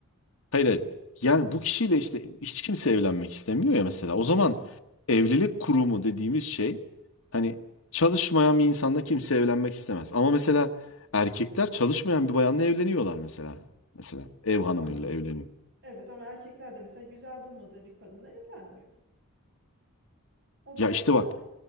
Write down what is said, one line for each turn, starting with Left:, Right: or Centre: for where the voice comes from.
Left: Hayır hayır. Yani bu kişiyle işte hiç kimse evlenmek istemiyor ya mesela. O zaman
Right: Evet.
Left: evlilik kurumu dediğimiz şey hani çalışmayan bir insanla kimse evlenmek istemez. Ama mesela erkekler çalışmayan bir bayanla evleniyorlar mesela. Mesela ev hanımıyla
Right: Ama
Left: evleniyor.
Right: evet ama erkekler de mesela güzel bulmadığı bir kadınla evlenmiyor. O
Left: Ya
Right: biraz
Left: işte
Right: herhalde
Left: bak